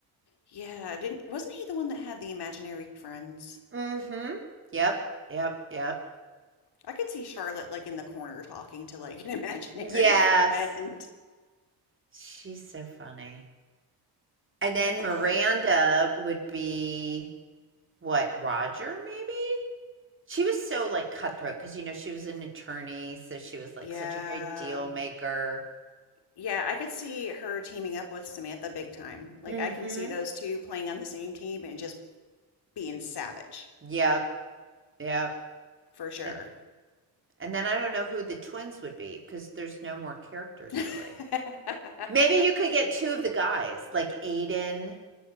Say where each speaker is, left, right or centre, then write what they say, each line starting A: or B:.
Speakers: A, on the left (about 70°); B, on the right (about 30°).
A: yeah, didn't, wasn't he the one that had the imaginary friends?
B: Mhm. Yep, yep, yep.
A: I could see Charlotte like in the corner talking to like an imaginary
B: Yes.
A: <laughs> friend.
B: She's so funny. And then
A: And
B: Miranda
A: uh
B: would be what, Roger maybe? She was so, like, cutthroat because you know, she was an attorney, so she was, like,
A: yeah.
B: such a great deal maker.
A: Yeah, I could see her teaming up with Samantha big time. Like
B: Mhm.
A: I can see those two playing on the same team and just being savage
B: Yep, yep.
A: for sure.
B: And and then I don't know who the twins would be because there's no more characters
A: <laughs>
B: really. Maybe you could get 2 of the guys, like Aiden,